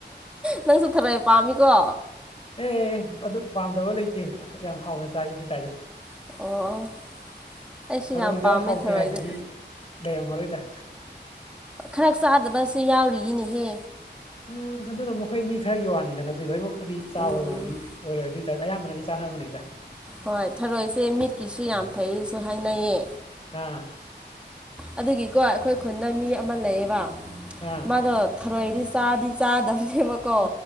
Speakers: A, in the centre; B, on the left.
A: ꯅꯪ ꯆꯠꯊꯔꯛꯦ ꯄꯥꯝꯃꯤꯀꯣ
B: ꯑꯦ ꯑꯗꯨ ꯄꯥꯝꯗꯕ ꯂꯩꯇꯦ ꯌꯥꯝ ꯍꯥꯎꯅ ꯆꯥꯏ ꯍꯥꯏꯇꯥꯔꯦ
A: ꯑꯣ ꯑꯩꯁꯨ
B: ꯍꯔꯣꯏꯗ
A: ꯌꯥꯝ ꯄꯥꯝꯃꯦ
B: ꯍꯥꯎꯇꯦ
A: ꯊꯔꯣꯏꯗꯤ
B: ꯍꯥꯏꯗꯨꯗꯤ ꯂꯩꯔꯝꯃꯔꯣꯏꯗ
A: ꯈꯔ ꯆꯥꯗꯕꯁꯨ ꯌꯥꯎꯔꯤꯌꯦꯅꯦꯍꯦ
B: ꯎꯝ ꯑꯗꯨꯅ ꯃꯈꯣꯏ ꯃꯤ ꯈꯔꯒꯤ ꯋꯥꯅꯤꯗꯅ ꯑꯗꯨꯗꯤ ꯂꯣꯏꯅꯃꯛꯄꯨꯗꯤ ꯆꯥꯕꯣꯏꯕꯕꯨꯗꯤ
A: ꯎꯝ
B: ꯑꯣꯏꯔꯣꯏ ꯑꯗꯨ ꯑꯣꯏꯇꯥꯔꯗꯤ ꯑꯌꯥꯝꯕꯅꯗꯤ ꯆꯥꯅ ꯕꯅꯤꯗ
A: ꯍꯣꯏ ꯊꯔꯣꯏꯁꯦ ꯃꯤꯠꯀꯤꯁꯨ ꯌꯥꯝ ꯐꯩꯌꯦꯁꯨ ꯍꯥꯏꯅꯩꯌꯦ
B: ꯑꯝ
A: ꯑꯗꯨꯒꯤꯀꯣ ꯑꯩꯈꯣꯏ ꯈꯨꯟꯗ ꯃꯤ ꯑꯃ ꯂꯩꯌꯦꯕ
B: ꯑꯥ
A: ꯃꯥꯗꯣ ꯊꯔꯣꯏ ꯆꯥꯗꯤ ꯆꯥꯗꯕꯅꯦꯕꯀꯣ